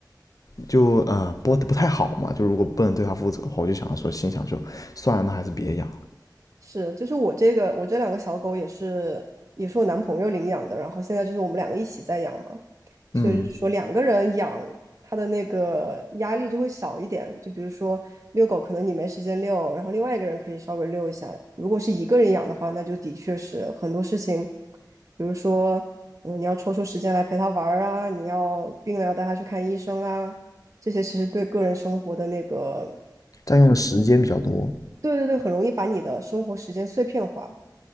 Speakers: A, on the left (about 50°); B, on the right (about 45°).
A: 就呃播的不太好嘛，就如果不能对它负责的话，我就想说心想就算了，那还是别养
B: 是，就是我这个我这两个小狗也是也是我男朋友领养的，然后现在就是我们两个一起在养嘛，所以就是说两个人养，
A: 嗯，
B: 它的那个压力就会小一点。就比如说遛狗，可能你没时间遛，然后另外一个人可以稍微遛一下。如果是一个人养的话，那就的确是很多事情，比如说嗯，你要抽出时间来陪它玩儿啊，你要病了要带它去看医生啊，这些其实对个人生活的那个，
A: 占用的时间比较多。
B: 对对对，很容易把你的生活时间碎片化。